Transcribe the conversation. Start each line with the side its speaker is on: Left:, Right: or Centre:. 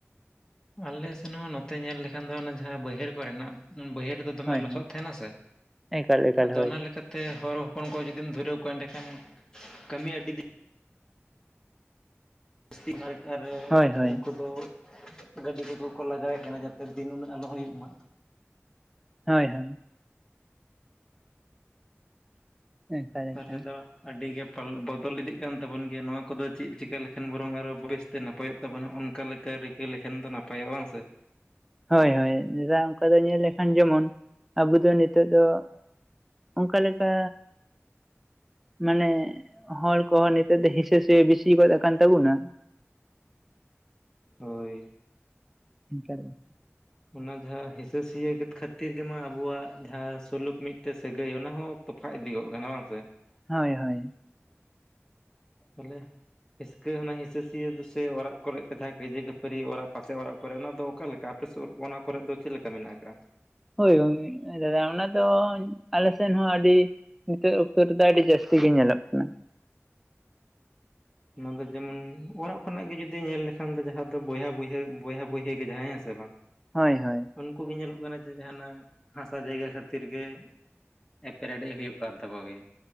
Left: ᱟᱞᱮ ᱥᱮᱱ ᱦᱚᱸ ᱱᱚᱛᱮ ᱧᱮᱞ ᱞᱮᱠᱷᱟᱱ ᱫᱚ ᱚᱱᱟ ᱡᱟᱦᱟᱸ ᱵᱟᱹᱭᱦᱟᱹᱲ ᱠᱚ ᱨᱮᱱᱟᱜ ᱵᱟᱹᱭᱦᱟᱹᱨ ᱱᱚᱛᱮ ᱫᱚ ᱫᱚᱢᱮ
Centre: ᱦᱳᱭ
Left: ᱞᱚᱥᱚᱫ
Centre: ᱦᱳᱭ
Left: ᱛᱟᱦᱮᱱᱟ ᱥᱮ
Centre: ᱮᱠᱟᱞ ᱮᱠᱟᱞ
Left: ᱟᱫᱚ
Centre: ᱦᱳᱭ
Left: ᱚᱱᱟ ᱞᱮᱠᱟ ᱛᱮ ᱦᱚᱲ ᱦᱚᱯᱚᱱ ᱠᱚ ᱡᱩᱫᱤᱢ ᱫᱷᱩᱨᱟᱹᱣ ᱠᱚᱣᱟ ᱮᱸᱰᱮ ᱠᱷᱟᱱ ᱠᱟᱹᱢᱤ ᱟᱹᱰᱤ ᱫᱤᱱ, ᱛᱤ ᱢᱟᱨᱠᱟᱨᱮ
Centre: ᱦᱳᱭ ᱦᱳᱭ
Left: ᱩᱱᱠᱩ ᱫᱚ, ᱜᱟᱹᱰᱤ ᱠᱚᱠᱚ ᱠᱚ ᱞᱟᱜᱟᱣᱮᱜ ᱠᱟᱱᱟ ᱡᱟᱛᱮ ᱫᱤᱱ ᱩᱱᱟᱹᱜ ᱟᱞᱚ ᱦᱩᱭᱩᱜ ᱢᱟ᱾
Centre: ᱦᱳᱭ ᱦᱳᱭ, ᱮᱠᱟᱞ
Left: ᱛᱟᱦᱚᱞᱮ
Centre: ᱮᱠᱟᱞ
Left: ᱫᱚ ᱟᱹᱰᱤᱜᱮ ᱯᱟᱞᱮᱫ ᱵᱚᱫᱚᱞ ᱤᱫᱤᱜ ᱠᱟᱱ ᱛᱟᱵᱚᱱ ᱜᱮᱭᱟ ᱱᱚᱣᱟ ᱠᱚᱫᱚ ᱪᱮᱫ ᱪᱤᱠᱟᱹ ᱞᱮᱠᱷᱟᱱ ᱵᱚᱨᱚᱝ ᱟᱨᱚ ᱵᱮᱥ, ᱛᱮ ᱱᱟᱯᱟᱭᱚᱜ ᱛᱟᱵᱚᱱᱟ ᱚᱱᱠᱟ ᱞᱮᱠᱟ ᱨᱤᱠᱟᱹᱭ ᱞᱮᱠᱷᱟᱱ ᱫᱚ ᱱᱟᱯᱟᱭᱚᱜᱼᱟ ᱵᱟᱝ ᱥᱮ,
Centre: ᱦᱳᱭ ᱦᱳᱭ ᱱᱮᱛᱟᱨ ᱚᱱᱠᱟ ᱫᱚ ᱧᱮᱞ ᱞᱮᱠᱷᱟᱱ ᱡᱮᱢᱚᱱ ᱟᱵᱚ ᱫᱚ ᱱᱤᱛᱚᱜ ᱫᱚ, ᱚᱱᱠᱟ ᱞᱮᱠᱟ, ᱢᱟᱱᱮ ᱦᱚᱲ ᱠᱚᱦᱚᱸ ᱱᱤᱛᱚᱜ ᱫᱚ ᱦᱸᱤᱥᱟᱹ ᱥᱩᱭᱟᱹ ᱵᱤᱥᱤ ᱜᱚᱫ ᱠᱟᱱ ᱛᱟᱵᱚᱱᱟ᱾
Left: ᱦᱳᱭ
Centre: ᱮᱠᱟᱞ ᱜᱮ᱾
Left: ᱚᱱᱟ ᱡᱟᱦᱟᱸ ᱦᱤᱸᱥᱟᱹ ᱥᱤᱭᱟᱹ ᱠᱷᱟᱹᱛᱤᱨ ᱜᱮᱢᱟ ᱟᱵᱚᱣᱟᱜ ᱡᱟᱦᱟᱸ ᱥᱩᱞᱩᱠ ᱢᱤᱫᱴᱮᱜ ᱥᱟᱹᱜᱟᱹᱭ ᱚᱱᱟ ᱦᱚᱸ, ᱛᱚᱯᱟᱜ ᱤᱫᱤ ᱜᱚᱜ ᱠᱟᱱᱟ ᱵᱟᱝ ᱥᱮ᱾
Centre: ᱦᱳᱭ ᱦᱳᱭ,
Left: ᱛᱟᱞᱦᱮ, ᱦᱤᱥᱠᱟᱹ ᱚᱱᱟ ᱦᱤᱥᱟᱹ ᱥᱩᱭᱟᱹ ᱫᱩᱥᱨᱟ ᱚᱲᱟᱜ ᱠᱚᱨᱮ ᱠᱟᱛᱮᱜ ᱠᱟᱹᱭᱡᱟᱹ ᱠᱷᱟᱹᱯᱟᱹᱨᱤ ᱚᱲᱟᱜ ᱯᱟᱥᱮ ᱚᱲᱟᱜ ᱠᱚᱨᱮ ᱚᱱᱟ ᱫᱚ ᱚᱠᱟᱞᱮᱠᱟ? ᱟᱯᱮ ᱥᱩᱨ ᱚᱱᱟ ᱠᱚᱨᱮ ᱫᱚ ᱪᱮᱫ ᱞᱮᱠᱟ ᱢᱮᱱᱟᱜ ᱟᱠᱟᱜᱼᱟ?
Centre: ᱦᱳᱭ ᱜᱚᱝᱠᱮ ᱫᱟᱫᱟ ᱚᱱᱟ ᱫᱚ ᱟᱞᱮ ᱥᱮᱱ ᱦᱚᱸ ᱟᱹᱰᱤ, ᱱᱤᱛᱚᱜ ᱚᱠᱛᱚ ᱨᱮᱫᱚ ᱟᱹᱰᱤ ᱡᱟᱹᱥᱛᱤ ᱜᱮ ᱧᱮᱞᱚᱜ ᱠᱟᱱᱟ᱾
Left: ᱚᱱᱟ ᱫᱚ ᱡᱮᱢᱚᱱ ᱚᱲᱟᱜ ᱠᱷᱚᱱᱟᱜ ᱜᱮ ᱡᱩᱫᱤ ᱧᱮᱞ ᱞᱮᱠᱷᱟᱱ ᱫᱚ ᱡᱟᱦᱟᱸ ᱫᱚ ᱵᱚᱭᱦᱟ ᱵᱚᱭᱦᱮᱱ ᱵᱚᱭᱦᱟ ᱵᱚᱭᱦᱮ ᱜᱮ ᱡᱟᱦᱟᱸᱭ ᱦᱮᱸ ᱥᱮ ᱵᱟᱝ,
Centre: ᱦᱳᱭ ᱦᱳᱭ᱾
Left: ᱩᱱᱠᱩ ᱜᱮ ᱧᱮᱞᱚᱜ ᱠᱟᱱᱟ ᱡᱮ ᱡᱟᱦᱟᱱᱟᱜ ᱦᱟᱥᱟ ᱡᱟᱭᱜᱟ ᱠᱷᱟᱹᱛᱤᱨ ᱜᱮ, ᱮᱯᱮᱨ ᱦᱮᱰᱮᱡ ᱦᱩᱭᱩᱜ ᱠᱟᱱ ᱛᱟᱠᱚ ᱜᱮᱭᱟ᱾